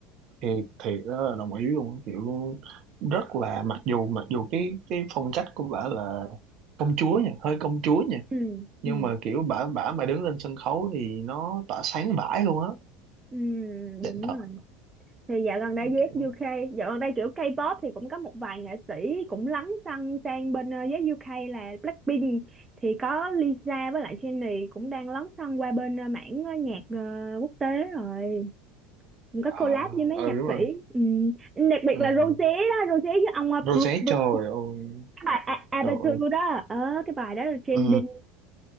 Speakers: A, on the right; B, on the right.
A: thì thiệt đó là đồng ý luôn á, kiểu rất là mặc dù mặc dù cái cái phong cách của bả là công chúa nha hơi công chúa nha
B: ừ
A: nhưng
B: ừ
A: mà kiểu bả bả mà đứng lên sân khấu thì nó tỏa sáng vãi luôn á
B: ừ đúng
A: xịn thật
B: rồi thì dạo gần đây US
A: kiểu
B: UK dạo gần đây kiểu K-pop thì cũng có một vài nghệ sĩ cũng lấn sân sang bên ờ, US UK là Blackpink thì có Lisa với lại Jennie cũng đang lấn sân qua bên ờ, mảng ờ, nhạc ờ, quốc tế rồi cũng có
A: à,
B: collab với mấy
A: ừ
B: nhạc
A: đúng
B: sĩ
A: rồi
B: ừ. đặc biệt
A: ừ.
B: là Rosé đó Rosé với ông ờ,
A: Rosé
B: Bru- Bru-
A: trời ơi
B: cái bài A- Aperture
A: trời ơi.
B: đó ờ cái bài đó là trending
A: ừ.